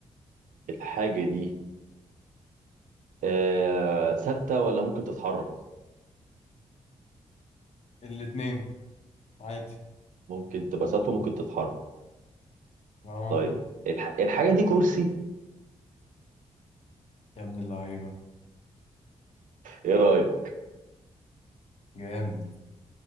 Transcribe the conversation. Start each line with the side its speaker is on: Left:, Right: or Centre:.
Right: الحاجة دي آه... ثابتة ولا ممكن تتحرك
Left: الاتنين عادي
Right: ممكن تبقى ثابتة ممكن تتحرك
Left: اه
Right: طيب الح... الحاجة دي كرسي
Left: يا ابن اللعيبة
Right: ايه رأيك
Left: جامد